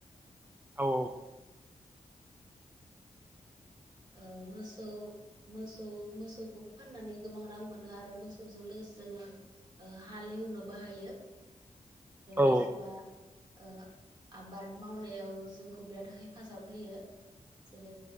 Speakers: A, on the right; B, on the right.
A: औ <inaudible>
B: ओ मोसौ मोसौ मोसौखौबो फाननानै गोबां रां मोनो आरो मोसौजों लोगोसे जोङो ओ हालेवनोबो हायो
A: औ
B: मोसौआ ओ आबाद मावनायाव जोंखौ बिराद हेफाजाब होयो। ओ जेरै